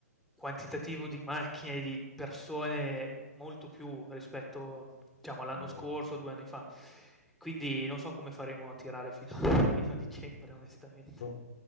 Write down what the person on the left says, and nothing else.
eh,
Roma
Ro-